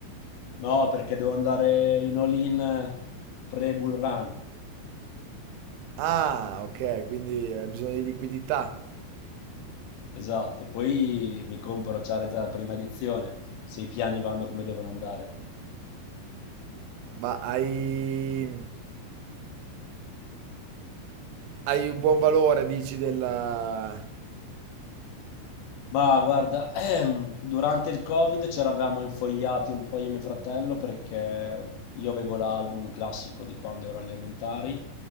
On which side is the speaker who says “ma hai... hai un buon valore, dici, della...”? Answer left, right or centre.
Right